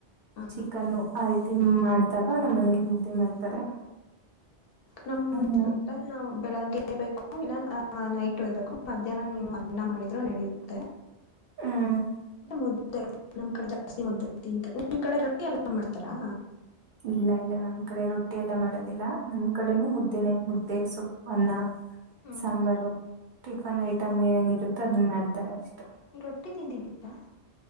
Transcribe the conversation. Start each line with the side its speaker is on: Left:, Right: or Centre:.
Left: ಆ,
Right: ಚಿಕನ್ನು ಆ ರತಿ ತಿಮ್ ಮಾಡ್ದಾಗ ನಮ್ಮ್ ಮನೇಲಿ ಮುದ್ದೆ ಮಾಡ್ತಾರೆ
Left: ನಮ
Right: ಹ್ಮ್
Left: ಬೆಳಗ್ಗೆ ಬೇಕು ಇಲ್ಲ ನೈಟ್ು ಇರಬೇಕು ಮಧ್ಯಾಹ್ನ ನೀನು ಅನ್ನ ಮಾಡಿದ್ರೂ ನಡೆಯುತ್ತೆ
Right: ಹ್ಮ
Left: ಮುದಐ ನಮ್ ಕಡೆ ಜಾಸ್ತಿ ಮುದ್ದ ಐತಿ ನಿಮ್ ಕಡೆ ರಟ್ಟಿ ಎಲ್ಲ್ ಮಾಡ್ತಾರಾ
Right: ಇಲ್ಲ ಇಲ್ಲ ನಮ್ ಕಡೆ ರೊಟ್ಟಿ ಎಲ್ಲ ಮಾಡೋದಿಲ್ಲ ನಮ್ ಕಡೆನೂ ಮುದ್ದ ದಿನ ಮುದ್ದೆ ಸೊಪ್ಪನ್ನ
Left: ಹ್ಮ್
Right: ಸಾಂಬಾರು ಟಿಫನ್ ಐಟಮ್ ಏನೇನ ಇರುತ್ತೆ ದನ್ ಮಾಡ್ತಾರೆ ಅಷ್ಟೇ
Left: ರೊಟ್ಟಿ ತಿಂದಿದ್ದೀಿದ್ದ